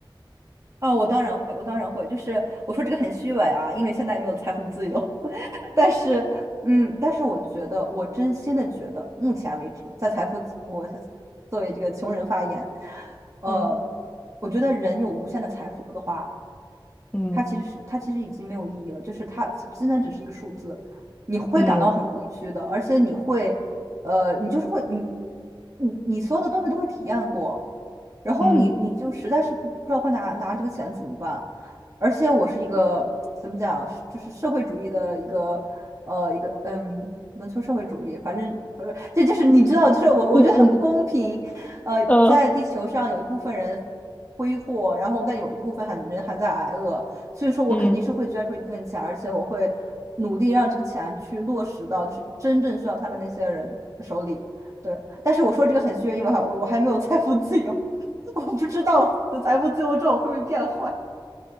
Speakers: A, on the right; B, on the left.
A: 啊，我当然会，我当然会，就是我说这个很虚伪啊，因为现在也没有财富自由，<laughs> 但是，嗯，但是我觉得，我真心的觉得，目前为止，在财富我我作为这个穷人发言，呃，
B: 嗯
A: 我觉得人有无限的财富的话。
B: 嗯
A: 它其实是它其实已经没有意义了，就是它现在只是一个数字，你会感到很空虚的，
B: 嗯
A: 而且你会，呃，你就是会你你你所有的东西都会体验过，然后你你就实在是不不知道会拿拿这个钱怎么办，
B: 嗯嗯
A: 而且我是一个怎么讲，是就是社会主义的一个呃一个嗯。能说社会主义，反正不是，这就是你知道，就是我我觉得很不公平。
B: 嗯。
A: 呃，
B: 嗯嗯
A: 在地球上有一部分人挥霍，然后但有一部分还人还在挨饿，所以说我肯定是会捐出一部分钱，
B: 嗯
A: 而且我会努力让这个钱去落实到就是真正需要它的那些人手里。对，但是我说这个很虚，因为我还我我还没有财富自由，<laughs> 我不知道我的财富自由之后会不会变坏。